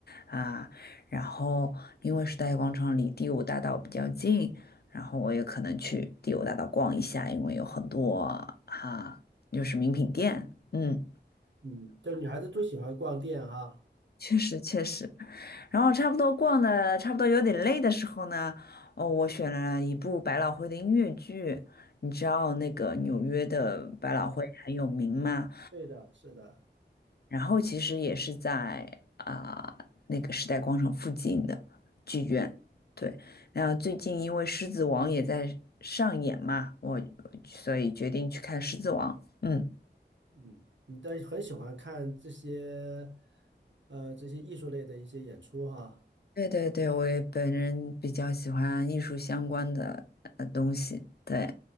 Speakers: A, on the left; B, on the right.
A: 啊，然后因为时代广场离第五大道比较近，然后我也可能去第五大道逛一下，因为有很多哈、啊，就是名品店，嗯，
B: 嗯这女孩子都喜欢逛店哈。
A: 确实确实。然后差不多逛的差不多有点累的时候呢，哦，我选了一部百老汇的音乐剧。你知道那个纽约的百老汇很有名嘛？
B: 嗯对的，是的，
A: 然后其实也是在啊、那个时代广场附近的剧院。对，那最近因为《狮子王》也在上演嘛，我所以决定去看《狮子王》。嗯。
B: 嗯，你但是很喜欢看这些，呃，这些艺术类的一些演出哈。
A: 对对对，我也本人比较喜欢艺术相关的呃东西，对，